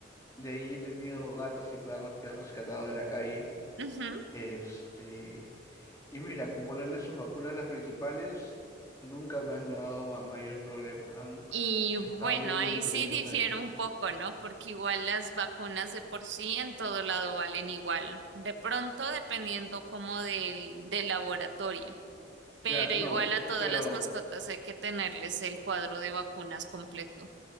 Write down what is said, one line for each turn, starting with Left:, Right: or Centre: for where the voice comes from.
Left: De ahí he tenido gatos y perros que he rescatado de la calle.
Right: ujú.
Left: Este, y mira, con ponerle sus vacunas las principales, nunca me han dado ma- mayor problema. Han
Right: Y bueno,
Left: estado bien
Right: ahí
Left: durante
Right: sí
Left: muchos
Right: difiere
Left: años.
Right: un poco, ¿no? Porque igual las vacunas de por sí en todo lado valen igual. De pronto, dependiendo como del, del laboratorio. Pero
Left: Claro,
Right: igual
Left: no,
Right: a todas
Left: pero,
Right: las mascotas hay que tenerles el cuadro de vacunas completo.